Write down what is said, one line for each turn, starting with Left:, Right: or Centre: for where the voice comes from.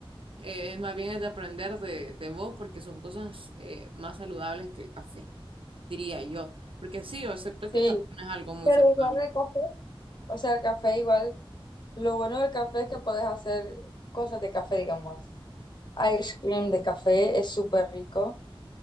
Right: eh, más bien es de aprender de, de vos porque son cosas eh, más saludables que el café, diría yo. Porque sí, yo acepto
Left: Sí,
Right: que el café no es algo muy
Left: Pero
Right: saludable.
Left: igual el café, o sea, el café igual, lo bueno del café es que puedes hacer cosas de café, digamos. Ice cream de café es súper rico.